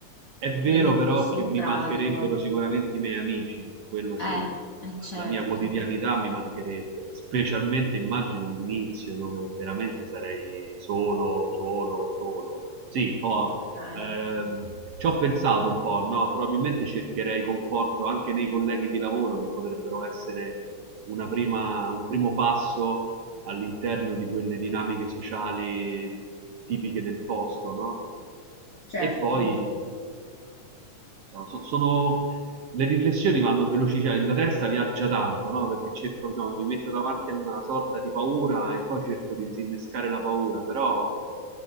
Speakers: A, on the right; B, on the left.
A: È vero
B: quindi
A: però
B: più sul
A: che mi
B: pratico.
A: mancherebbero sicuramente i miei amici, quello
B: Eh,
A: sì,
B: eh certo,
A: la mia quotidianità mi mancherebbe, specialmente immagino all'inizio dove veramente sarei solo, solo, solo. Sì, ho,
B: ok,
A: ehm, ci ho pensato un po', no? Probabilmente cercherei conforto anche nei colleghi di lavoro che potrebbero essere una prima- un primo passo all'interno di quelle dinamiche sociali tipiche del posto, no?
B: certo.
A: E poi, diciamo, so- sono, le riflessioni vanno veloci, cioè la testa viaggia tanto, no? Perché cerco, diciamo, mi metto davanti a una sorta di paura e poi cerco di disinnescare la paura, però